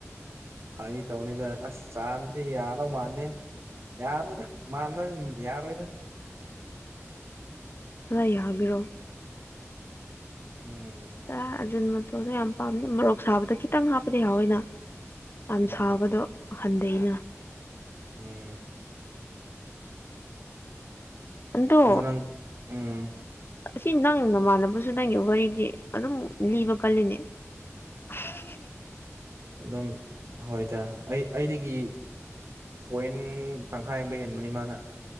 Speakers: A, on the right; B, on the left.
A: ꯐꯩꯒꯤ ꯇꯧꯅꯤꯗ ꯑꯁ ꯆꯥꯗꯗꯤ ꯌꯥꯗꯧ ꯃꯥꯟꯗꯦ ꯌꯥꯔꯣꯏꯗ ꯃꯥꯗꯝ ꯌꯥꯔꯣꯏꯗ
B: ꯈꯔꯥ ꯌꯥꯒ꯭ꯦꯔꯣ
A: ꯎꯝ
B: ꯑ ꯑꯖꯤꯟ ꯃꯇꯣꯗꯣ ꯌꯥꯝ ꯄꯥꯝꯗꯦ ꯃꯣꯔꯣꯛ ꯁꯥꯕꯗ ꯈꯤꯇꯪ ꯍꯥꯞꯄꯗꯤ ꯌꯥꯎꯋꯦꯅ ꯌꯥꯝ
A: ꯎꯝ
B: ꯁꯥꯕꯗꯣ ꯍꯟꯗꯩꯅ
A: ꯎꯝ
B: ꯑꯗꯣ
A: ꯑꯗꯨ ꯅꯪ ꯎꯝ
B: ꯑꯁꯤ ꯅꯪ ꯅꯃꯥꯟꯅꯕꯁꯨ ꯅꯪꯒꯤ ꯋꯥꯔꯤꯗꯤ ꯑꯗꯨꯝ ꯂꯤꯕ ꯀꯜꯂꯤꯅꯦ <inaudible>
A: ꯑꯗꯨꯝ ꯍꯣꯏꯗ ꯑꯩ ꯑꯩꯗꯒꯤ ꯄꯣꯏꯟ ꯇꯪꯈꯥꯏ ꯑꯃꯕ ꯍꯦꯟꯕꯅꯤ ꯃꯥꯅ